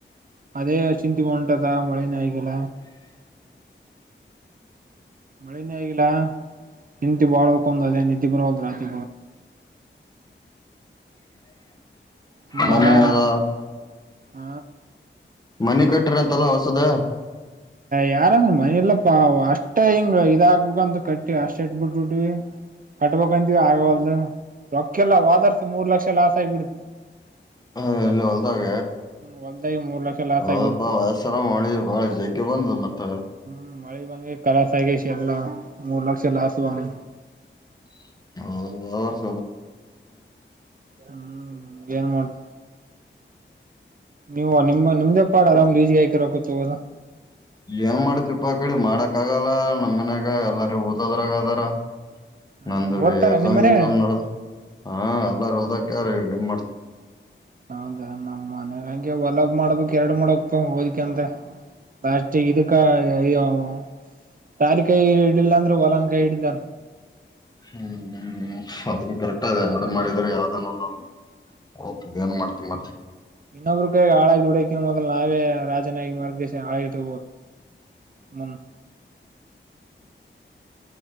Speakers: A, on the right; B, on the left.
A: ಅದೇ ಚಿಂತಿ ಉಂಟದ ಮಳೆನ ಆಯಗಲ್ಲ ಮಳೆನೇ ಆಗಿಲ್ಲ ಹಂತಿ ಬಾಳ್ಕಂದ್ ಅದೇ ನತಿೆ ಬರುವದ ರಾತ್ ಸುಮ್ನ
B: ಮನ
A: ಆರಾಮ
B: <unintelligible>
A: ಹ
B: ಮನೆ ಕಟ್ಟ್ರ ಅಂತಲ್ಲ ಹೊಸದ
A: ಯಾರಂದ್ರ ಮನಲ್ಲ ಪಾ ಅಷ್ಟ ಹಿಂಗ ಇದಾಗಕ್ಬೇಕಕ್ಂತ ಕಟ್ಟಿವ ಅಷ್ಟ ಇಟ್ಬಿಟ್ಬಿಡ್ವಿ ಕಟ್ಬೇಕಕ್ಂತೀವಿ ಆಗವಲ್ದ ರೊಕ್ಕಲ್ಲ ಹದರ್ಸ ಮೂರ್ ಲಕ್ಷ ಲಾಸ್ ಆಗಿಬಿಡ್ತ
B: ಹ ಇಲ್ಲಿ ಹೊಲ್ದಾಗ
A: ಹೊಲ್ದಾಗಿ ಮೂರ್ ಲಕ್ಷ ಲಾಸ್
B: ಅವಲ್ಪಾ
A: ಆಗ್ಬಿಡ್ತು
B: ವಯಸ್ಸರ ಮಾಡಿ ಬಾಳ ಜ ಕೆವನ್ ಜಮ್ಮತ
A: ್ಮ ಮಳಿ ಬಂದ ಕಲ ಸಗ ಎಲ್ಲ ಮೂರ್ ಲಕ್ಷ ಲಾಸ್ ಬಿ
B: ಹೌ
A: ಹ್ಮ್ ಏನ್ ಮಾಡೋ ನೀವು ನಿಮ್ಮ ನಿಮ್ದೇ ಪಾಡ ಆರಾಮ್ ರೀಿ ಆಯಕರಕೊತ ಹೋದಾ
B: ಏನ್ ಮಾಡತಿಪ್ಪಾ ಅ ಕಳಿ ಮಾಡಕ ಆಗಲ್ಲ ನಮ್ ಮನ್ಯಾಗ ಎಲ್ಲಾರ ಓದತದ್ರಾಗ ಅದಾರ
A: ಹ್ಮ್
B: ನಂದ ಬಿ
A: ಓದ್ತಾರ
B: ಎಕ್ಸಾಮ್
A: ನಿಮ್ ಮನೆ
B: ಬಿಕ್ಸಾಮ್ ನಡ್ದ ಹ ಎಲ್ಲ ಹಓದಕ ಯಾರ ಇವ ಏನ್ ಮಾಡ್ತ
A: ಹೌದಾ ನಮ್ಮ್ ಮನೆ ಹಂಗೆ ಹೊಲಬ್ ಮಾಡಬೇಕಕ್ ಎರಡು ಮಾಡಪ್ಪ ಹೋದಿಕ ಅಂದ್ರ ಬ ಇದುಕ್ಕಾ ಇದು ಆಗ ಸಾರಿ ಕಾಯ ಹಡಿಿಲ್ಲಾ ಅಂದ್ರೆ ಹೊಲನ್ ಕೈ ಹಿಡಿದಾನ
B: ಹ್ಮ್್ಮ ಅದು ಕರೆಕ್ಟ್ ಅದದೆ ಆಡ ಮಾಡಿದ್ರ ಯಾವ್ದನ ಒಂದು ಓದ ಏನ್ ಮಾಡ್ತೀನ ಮತ್ರಿ
A: ಇನ್ನೊಬ್ಬರು ಕ ಹಳಾಯ್ದ್ ಹಡಕ ಮೊದಲ್ ನಾವೇ ರಾಜನಾಗಿ ಮ ಹಾಳ ದ ಮುಂದ